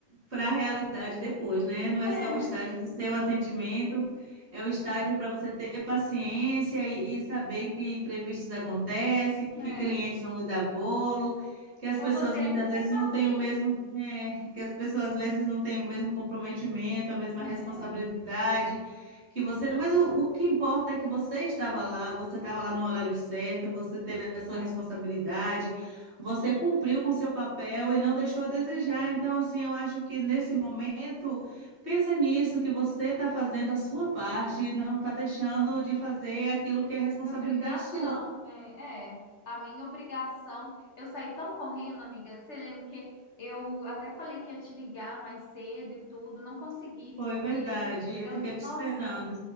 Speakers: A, on the right; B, on the left.
A: para a realidade depois, né? Não é
B: <laughs>
A: só o estágio do seu atendimento, é o estágio para você ter paciência e, e saber que imprevistos acontecem, que
B: É,
A: clientes
B: é.
A: vão lhe dar bolo, que as
B: Eu
A: pessoas
B: vou ter
A: muitas
B: que
A: vezes
B: ter paciência,
A: não têm o mesmo, é, que as pessoas às vezes não têm o mesmo comprometimento, a mesma
B: né?
A: responsabilidade que você, mas o, o que importa é que você estava lá, você estava lá no horário certo, você teve a sua responsabilidade. Você cumpriu com seu papel e não deixou a desejar. Então, assim, eu acho que nesse momento, pensa nisso, que você está fazendo a sua parte e não está deixando de fazer aquilo que é responsabilidade
B: Minha obrigação,
A: sua.
B: né? É, a minha obrigação. Eu saí tão correndo, amiga. Você lembra que eu até falei que ia te ligar mais cedo e tudo, não consegui,
A: Foi
B: porque
A: verdade. Eu
B: eu,
A: fiquei te
B: nossa,
A: esperando.